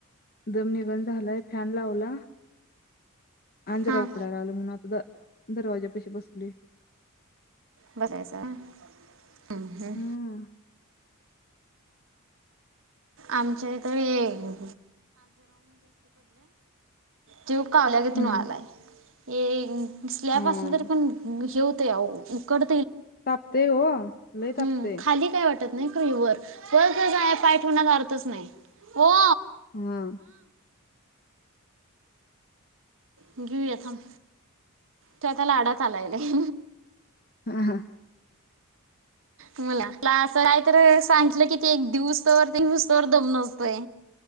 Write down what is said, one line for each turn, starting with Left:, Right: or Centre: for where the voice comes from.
Left: दम निघन झालाय फॅन लावला. आणि जरा
Right: हां
Left: उकडायला लागलं आता म्हणून दरवाज्यापाशी बसले.
Right: बसलायस होय. हम ह.
Left: हम्म
Right: आमच्या इथ वे जीव कावल्या किती
Left: हम्म
Right: नळालाय- ये स्लॅब
Left: हम्म
Right: असलं तरी पण हे होतय. ते आ उकड
Left: तापतय ओ लई
Right: हम्म
Left: तापतय.
Right: खाली काय नाही वर कोणाला अर्थच नाही. हो.
Left: हम्म.
Right: घेऊया थांब तो आता लाडात आलाय लय.
Left: हा हा
Right: मला तला असं काय तर सांगितलं कि ते एक दिवुस तवर ते घिवुसतवर दम नसतोय.